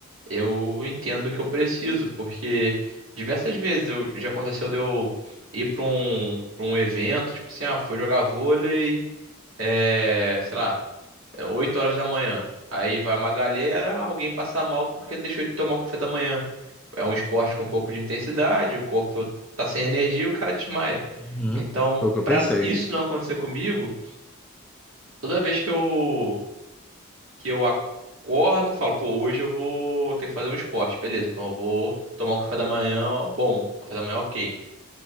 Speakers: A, on the right (about 85°); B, in the centre.
A: eu entendo que eu preciso, porque diversas vezes eu... já aconteceu de eu ir pra um... pra um evento, tipo assim, ah, fui jogar vôlei, é... sei lá. é 8 horas da manhã. Aí vai uma galera, alguém passa mal porque deixou de tomar o café da manhã. É um esporte com um pouco de intensidade, o corpo tá sem energia, e o cara desmaia.
B: Uhum.
A: Então,
B: Foi o que eu
A: pra
B: pensei.
A: isso não acontecer comigo, toda vez que eu que eu acordo, falo, pô, hoje eu vou ter que fazer um esporte, beleza? Então eu vou tomar um café da manhã, bom, café da manhã OK.